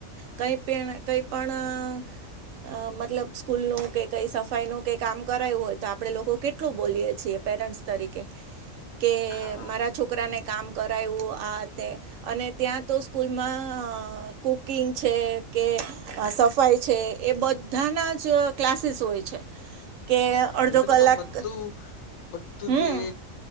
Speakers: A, on the right (about 70°); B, on the left (about 75°).
A: કૈપેણ કૈપણ અ મતલબ સ્કૂલ નું કે કઈ સફાઈ નું કે કામ કરાયું હોય તો આપડે લોકો કેટલું બોલીય છીએ. પેરેન્ટ્સ તરીકે કે
B: હા
A: મારા છોકરાને કામ કરાવ્યું આ તે અને ત્યાં તો સ્કૂલમાં કુકિંગ છે કે સફાઈ છે એ બધાનાજ ક્લાસીસ હોય છે. કે
B: હા,
A: અડધો
B: એ લોકો
A: કલાક
B: તો બધું બધું
A: હમ
B: જે